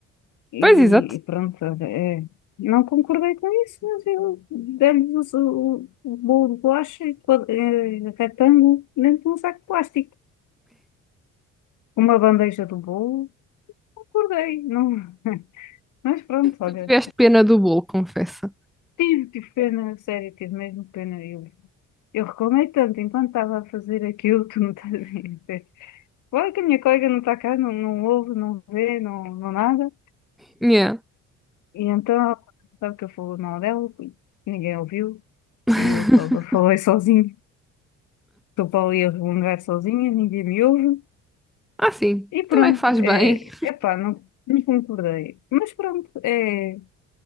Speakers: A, on the left; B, in the centre.
A: E,
B: Pois, exato.
A: e pronto, olha, é, não concordei com isso, mas eu demos o, o o bolo de bolacha e quad- eh, retângulo dentro de um saco de plástico. Uma bandeja do bolo, concordei, não. <laughs> Mas pronto,
B: Tu
A: olha.
B: tiveste pena do bolo, confessa.
A: Tive, tive pena, a sério, tive mesmo pena. Eu, eu reclamei tanto enquanto estava a fazer aquilo, <laughs> tu não estás a ver. Claro que a minha colega não está cá, não, não ouve, não vê, não, não nada.
B: Yeah.
A: E então, sabe que eu falo mal dela, ninguém ouviu,
B: <laughs>
A: e eu só falei sozinho. Estou para ali a resmungar sozinha, ninguém me ouve.
B: Ah, sim.
A: E
B: Também
A: pronto,
B: faz
A: é,
B: bem.
A: epá, não, não concordei. Mas pronto, é,